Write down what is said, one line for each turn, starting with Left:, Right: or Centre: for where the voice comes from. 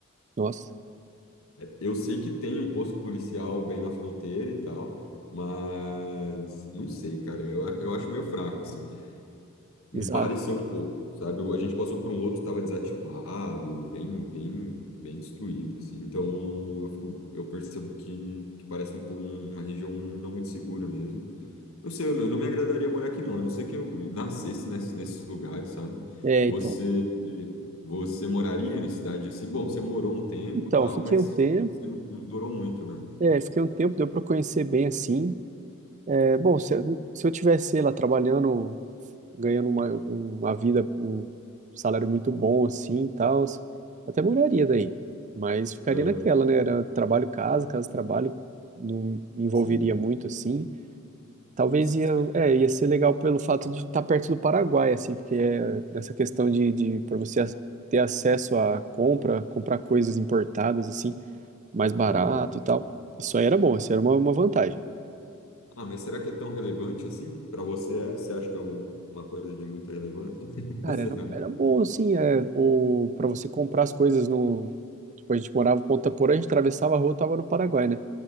Right: Nossa,
Left: Eu sei que tem um posto policial bem na fronteira e tal, mas não sei, cara. Eu, a- eu acho meio fraco, assim. Me
Right: exato.
Left: pareceu um pouco, sabe? Eu- A gente passou por um outro que estava desativado, bem, bem, bem destruído, assim. Então eu fico, eu percebo que, que parece um pouco um, uma região não muito segura mesmo. Eu sei, eu não eu não me agradaria morar aqui, não. A não ser que eu nascesse ness- nesses lugares, sabe?
Right: É,
Left: Você,
Right: então.
Left: você moraria em cidade assim? Bom, você morou um tempo,
Right: Então,
Left: e tal,
Right: fiquei
Left: mas
Right: um tempo,
Left: você não não durou muito, né?
Right: é, fiquei um tempo, deu pra conhecer bem, assim. É, bom, se, eu- se eu tivesse, sei lá, trabalhando ganhando uma, uma vida, um salário muito bom assim e tal, até moraria daí. Mas ficaria
Left: Aham,
Right: naquela, né? Era trabalho casa, casa trabalho, não me envolveria
Left: sei.
Right: muito assim. Talvez
Left: Você-
Right: ia,
Left: você-
Right: é, ia ser legal pelo fato de estar perto do Paraguai, assim, porque é nessa questão de, de para você ac- ter acesso à compra, comprar coisas importadas, assim, mais barato
Left: aham.
Right: e tal. Isso aí era bom, isso era uma, uma vantagem.
Left: Ah, mas será que é tão relevante assim? Para você, é, você acha que é um- uma coisa de muita relevância? <laughs>
Right: Cara,
Left: Sinceramente.
Right: era, era bom, assim, é, o, pra você comprar as coisas no... Tipo, a gente morava em Ponta Porã, a gente atravessava a rua, tava no Paraguai, né?